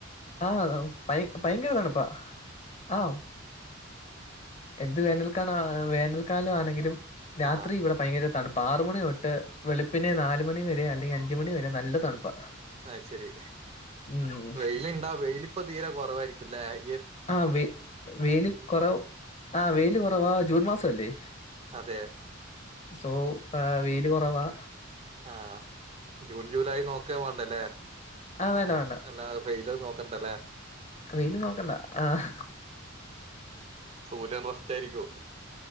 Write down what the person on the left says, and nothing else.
ആഹ് ഭയ് ഭയങ്കര തണ്പ്പാ ആഹ് എന്ത് വേനൽക്കാലവാ വേനൽക്കാലവാണെങ്കിലും രാത്രി
ഇവിടെ ഭയങ്കര തണ്പ്പാ ആറു മണി തൊട്ട് വെളുപ്പിന് നാല് മണി വരെ അല്ലെങ്കി അഞ്ച് മണി വരെ നല്ല തണുപ്പാ
ഉം
ആഹ് വെയ് വെയില് കൊറവ് ആഹ് വെയില് കൊറവാ ജൂൺ മാസവല്ലേ
സോ ആഹ് വെയില് കൊറവാ
ആഹ്
വേണ്ട വേണ്ട
വെയില് നോക്കണ്ട ആഹ്